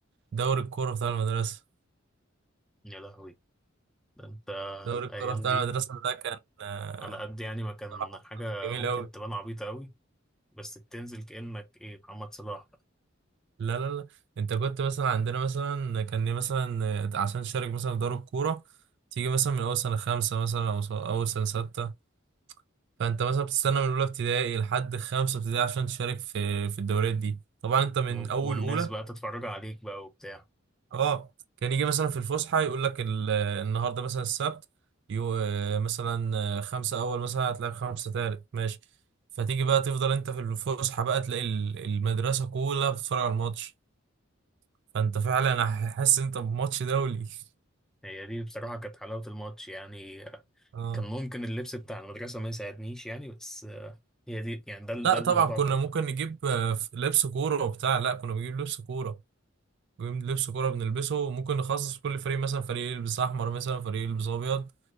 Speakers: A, on the right; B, in the centre.
A: دوري الكوره بتاع المدرسه
B: يا لهوي ده انت
A: دوري
B: الايام
A: الكوره بتاع
B: دي
A: المدرسه ده كان آه،
B: على قد يعني ما كان
A: بصراحة
B: حاجه
A: جميل
B: ممكن
A: قوي
B: تبان عبيطه قوي بس بتنزل كانك ايه محمد صلاح بقى.
A: لا لا لا انت كنت مثلا عندنا مثلا كان مثلا آه، عشان تشارك مثلا في دوري الكوره تيجي مثلا من اول سنه خمسه مثلا او س- اول سنه سته فانت مثلا بتستنى من اولى ابتدائي لحد خمسه ابتدائي عشان تشارك في في الدوريات دي طبعا انت من
B: و-
A: اول
B: والناس
A: اولى
B: بقى تتفرج عليك بقى وبتاع
A: اه كان يجي مثلا في الفسحه يقول لك ال- النهارده مثلا السبت يو آه، مثلا آه، خمسه اول مثلا هتلاعب خمسه تالت ماشي فتيجي بقى تفضل انت في الفسحه بقى تلاقي ال- المدرسه كلها بتتفرج على الماتش فانت فعلا حاسس ان انت بماتش دولي <laughs>
B: هي دي بصراحه كانت حلاوه الماتش يعني
A: اه
B: كان ممكن اللبس بتاع المدرسه ما يساعدنيش يعني بس آه، هي دي يعني ده ده
A: لا
B: الموضوع
A: طبعا كنا
B: كله
A: ممكن نجيب آه، لبس كوره وبتاع لا كنا بنجيب لبس كوره لبس كورة بنلبسه وممكن نخصص كل فريق مثلا فريق يلبس أحمر مثلا فريق يلبس أبيض